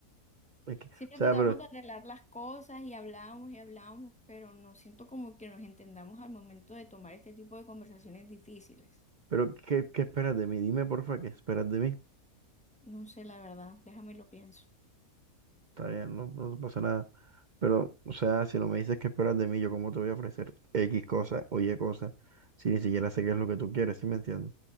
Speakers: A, on the right; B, in the centre.
A: es que- o
B: siempre
A: sea,
B: tratamos
A: pero,
B: de arreglar las cosas y hablamos y hablamos, pero no siento como que nos entendamos al momento de tomar este tipo de conversaciones difíciles.
A: pero ¿qué, qué esperas de mí? Dime, porfa, ¿qué esperas de mí?
B: No sé, la verdad. Déjame lo pienso.
A: Está bien, no, no pasa nada. Pero, o sea, si no me dices qué esperas de mí, yo cómo te voy a ofrecer X cosa o Y cosa, si ni siquiera sé qué es lo que tú quieres, ¿sí me entiendes?